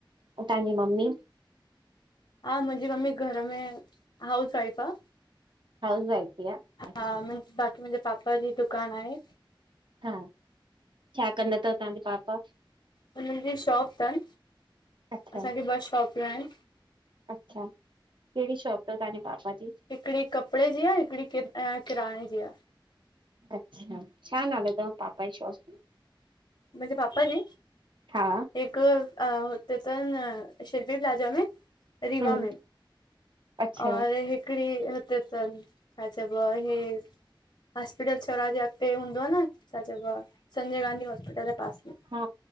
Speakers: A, on the right; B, on the left.
A: ऐं तव्हांजी मम्मी
B: हा मुंहिंजी मम्मी घर में हाउस वईफ आहे।
A: हाउस वाइफ ई आ?
B: हा
A: अच्छा,
B: बाक़ी मुंहिंजे पापा जी दुकानु आहे
A: हा छा कंदा अथव तव्हांज पापा
B: हुननि जी शॉप अथनि
A: अच्छा,
B: असांखे ॿ शॉपियूं आहिनि।
A: अच्छा कहिड़ी शॉप अथव तव्हांजे पापा जी
B: हिकिड़ी कपिड़े जी आहे, हिकिड़ी किराने जी आहे
A: अच्छा छा नालो अथव तव्हांजे पापा जी शॉप?
B: मुंहिंजे बप्पा जी
A: हा,
B: हिकु अ होत त शिल्पी प्लजा में रीवा
A: हम्म,
B: में
A: अच्छा।
B: और हिकड़ी ह ब हे छा चयबो आहे। हॉस्पिटल चौराहे जे अॻिते हूंदो आहे न छा चइबो आहे, संजय गांधी हॉस्पिटल जे पासे में
A: हा